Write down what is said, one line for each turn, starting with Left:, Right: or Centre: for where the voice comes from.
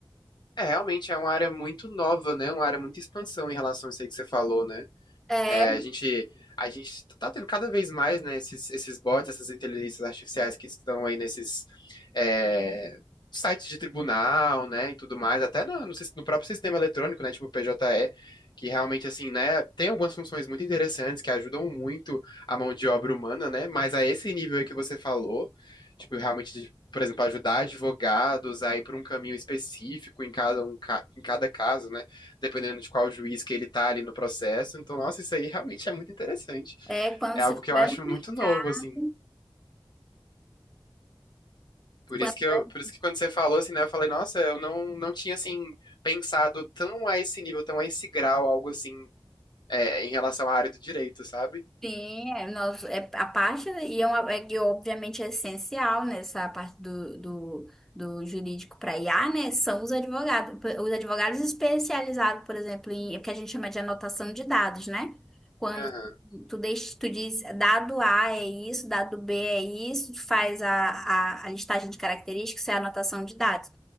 Left: É, realmente é uma área muito nova, né? Uma área muito expansão em relação a isso aí que você falou, né?
Centre: É,
Left: É, a gente, a gente tá tendo cada vez mais, né, esses, esses bots, essas inteligências artificiais que estão aí nesses é, sites de tribunal, né, e tudo mais, até na- no, sis- no próprio sistema eletrônico, né, tipo o PJE, que realmente, assim, né, tem algumas funções muito interessantes que ajudam muito a mão de obra humana, né, mas a esse nível aí que você falou, tipo, realmente, de, por exemplo, ajudar advogados a ir por um caminho específico em cada, um, ca- em cada caso, né, dependendo de qual juiz que ele tá ali no processo. Então, nossa, isso aí realmente é muito interessante.
Centre: é quando
Left: É
Centre: se
Left: algo que
Centre: tiver
Left: eu acho
Centre: no mercado,
Left: muito novo, assim. Por
Centre: quando
Left: isso que eu, por isso que quando você falou assim, né, eu falei, nossa, eu não, não tinha assim pensado tão a esse nível, tão a esse grau, algo assim, é, em relação à área do direito, sabe?
Centre: Sim, é, nós, é a parte, né, e é, uma, é que obviamente é essencial nessa parte do, do, do jurídico para IA, né? São os advogados, os advogados especializados, por exemplo, em é o que a gente chama de anotação de dados, né? Quando
Left: Aham,
Centre: tu, tu, deixa, tu diz dado A é isso, dado B é isso, tu faz a, a, a listagem de características, isso é a anotação de dados